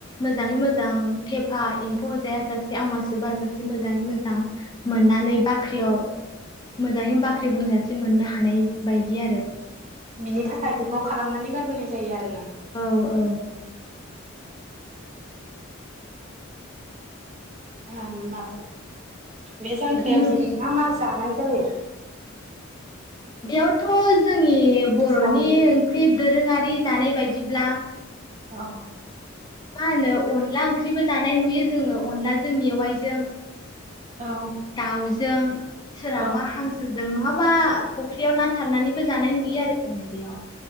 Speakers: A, on the left (about 20°); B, on the right (about 35°).
A: मोजाङै मोजां थेफा एम्फौ जायाजासे आवमा सोबाजासे मोजाङै मोजां मोननानै बाख्रियाव मोजाङै बाख्रि बुंजासे मोननो हानाय बायदि आरो।
B: बिनि थाखाय बेखौ खालामनानै गारबोनाय जायो आरो। ना
A: औ औ
B: ह माथ बे जांख्रायाव
A: नों
B: जों मा-मा जा जानाय जायो।
A: बेयावथ' जोंनि बर'नि
B: सावरि
A: ओंख्रि दोरोङारि जानाय बायदिब्ला
B: अ
A: मा होनो अनला ओंख्रिबो जानाय नुयो। जोङो अनलाजों मेवाइजों
B: औ
A: दाउजों सोरहाबा
B: औ
A: हांसो जों नङाबा फख्रियाव ना सारनानैबो जानाय नुयो आरो जोङो बेयाव।